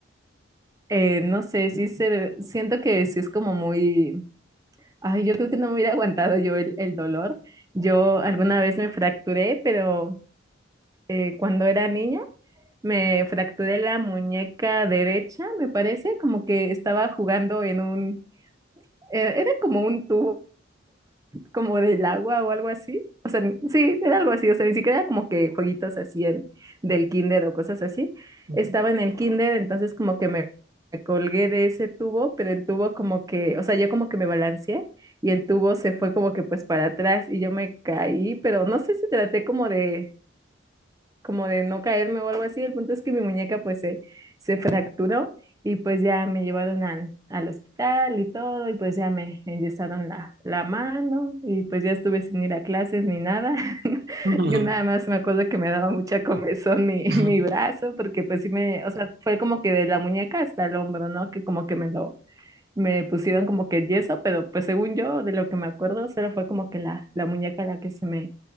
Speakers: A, on the right; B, on the right.
A: eh, no sé, sí se, debe- siento que sí es como muy, ay, yo creo que no me hubiera aguantado yo el, el dolor. Yo alguna vez me fracturé, pero eh, cuando era niña. Me fracturé la muñeca derecha, me parece, como que estaba jugando en un, eh, era como un tubo, como del agua o algo así. O sea, ni- sí, era algo así, o sea, ni siquiera era como que jueguitos así en, del kinder o cosas así.
B: Ujú.
A: Estaba en el kinder, entonces como que me, me colgué de ese tubo, pero el tubo como que, o sea, yo como que me balanceé y el tubo se fue como que pues para atrás y yo me caí, pero no sé si traté como de como de no caerme o algo así. El punto es que mi muñeca pues se, se fracturó y pues ya me llevaron al, al hospital y todo y pues ya me enyesaron la, la mano y pues ya estuve sin ir a clases ni nada. <laughs>
B: <laughs>
A: Yo nada más me acuerdo que me daba mucha comezón mi, <laughs>
B: Ujú.
A: mi brazo porque pues sí me, o sea, fue como que de la muñeca hasta el hombro, ¿no? Que como que me lo me pusieron como que yeso, pero pues según yo, de lo que me acuerdo, solo fue como que la, la muñeca la que se me,